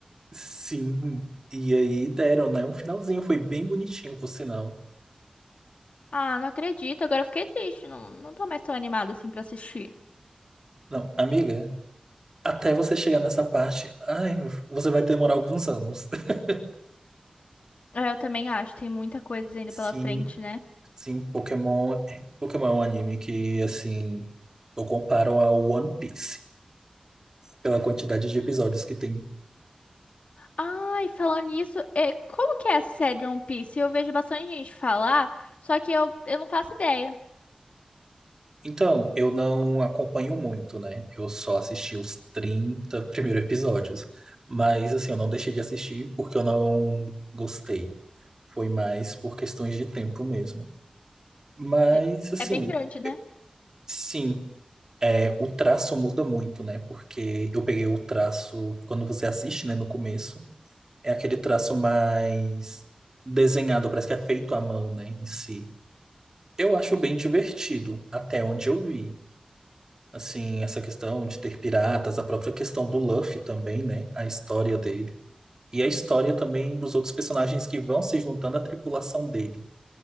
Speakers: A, on the right; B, on the left.
A: Sim, e aí deram, né? Um finalzinho, foi bem bonitinho, por sinal.
B: Ah, não acredito. Agora eu fiquei triste. Não, não tô mais tão animada assim pra assistir.
A: Não, amiga, até você chegar nessa parte, ai, você vai demorar alguns anos. <laughs>
B: É, eu também acho. Tem muita coisa ainda
A: Sim,
B: pela frente, né?
A: sim, Pokémon, é- Pokémon é um anime que, assim, eu comparo ao One Piece pela quantidade de episódios que tem.
B: Ai, falando nisso, é, como que é essa série de One Piece? Eu vejo bastante gente falar, só que eu, eu não faço ideia.
A: Então, eu não acompanho muito, né? Eu só assisti os 30 primeiros episódios. Mas, assim, eu não deixei de assistir porque eu não gostei. Foi mais por questões de tempo mesmo. Mas,
B: De-
A: assim,
B: É bem grande, né?
A: sim, é, o traço muda muito, né? Porque eu peguei o traço, quando você assiste, né, no começo, é aquele traço mais desenhado, parece que é feito à mão, né, em si. Eu acho bem divertido, até onde eu vi. Assim, essa questão de ter piratas, a própria questão do Luffy também, né? A história dele. E a história também dos outros personagens que vão se juntando à tripulação dele.